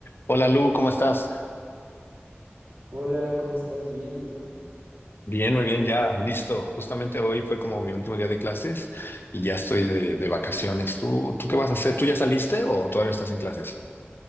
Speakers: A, on the left (about 60°); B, on the right (about 60°).
A: Hola Lu, ¿cómo estás?
B: Hola, ¿cómo estás? Bien, ¿y tú?
A: Bien, muy bien, ya, listo. Justamente hoy fue como mi último día de clases y ya estoy de, de vacaciones. ¿Tú, tú qué vas a hacer? ¿Tú ya saliste o todavía estás en clases?